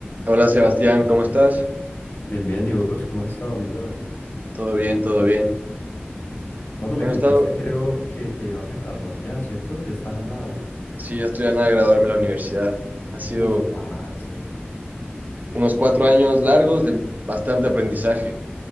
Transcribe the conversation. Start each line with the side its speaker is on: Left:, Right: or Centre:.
Right: Hola Sebastián, ¿cómo estás?
Left: Bien, bien, ¿y vos cómo has estado, mi bro?
Right: Todo bien, todo bien.
Left: Mano, me
Right: Bueno,
Left: contaste,
Right: he
Left: creo que te vas a graduar ya, ¿cierto? Ya estás a nada.
Right: sí, ya estoy a nada de graduarme de la universidad. Ha sido
Left: Uf, parce,
Right: unos cuatro años largos de bastante aprendizaje.